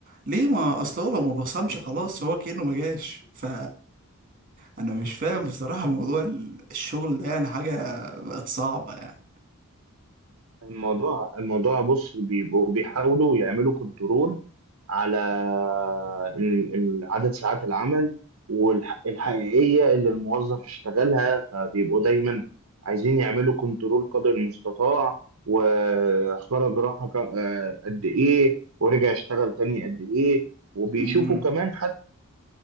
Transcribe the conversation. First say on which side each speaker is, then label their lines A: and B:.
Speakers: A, on the right; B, on the right.
A: ليه ما اصله لو ما بصمش خلاص هو كأنه ما جاش ف انا مش فاهم بصراحة موضوع ال- الشغل ده يعني حاجة بقت صعبة يعني
B: الموضوع الموضوع بص بيبقوا بيحاولوا يعملوا كنترول على ال- ال- عدد ساعات العمل والحقيقية اللي الموظف اشتغلها فبيبقوا دايما عايزين يعملوا كنترول قدر المستطاع وخرج راحة ك- آه، قد ايه ورجع اشتغل تاني قد ايه وبيشوفوا
A: امم
B: كمان حتى